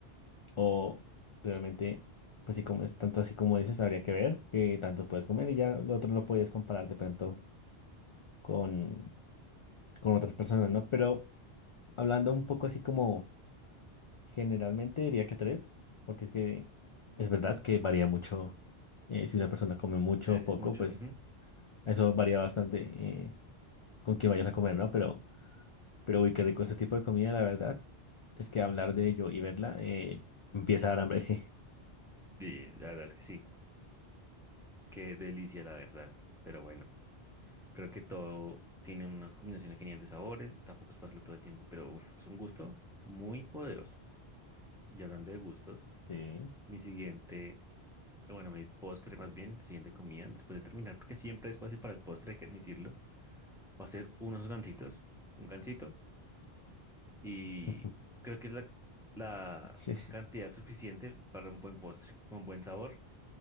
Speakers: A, on the left; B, in the centre.
A: o realmente, pues si comes tanto así como dices, habría que ver qué tanto puedes comer y ya lo otro lo puedes comparar de pronto con, con otras personas, ¿no? Pero hablando un poco así como generalmente diría que tres, porque es que es verdad que varía mucho. eh, si una persona come mucho
B: Es
A: o poco,
B: mucho.
A: pues
B: ujú.
A: eso varía bastante eh, con quién vayas a comer, ¿no? Pero, pero uy, qué rico este tipo de comida, la verdad, es que hablar de ello y verla eh, empieza a dar hambre. <laughs>
B: Y la verdad es que sí. Qué delicia, la verdad. Pero bueno, creo que todo tiene una combinación genial de sabores. Tampoco es pasarlo todo el tiempo, pero uf, es un gusto muy poderoso. Y hablando de gustos,
A: Sí.
B: mi siguiente, bueno, mi postre más bien, siguiente comida, después de terminar, porque siempre es fácil para el postre, hay que admitirlo, va a ser unos gansitos. Un gansito y
A: <laughs>
B: creo que es la, la
A: Sí,
B: cantidad suficiente para un buen postre, con buen sabor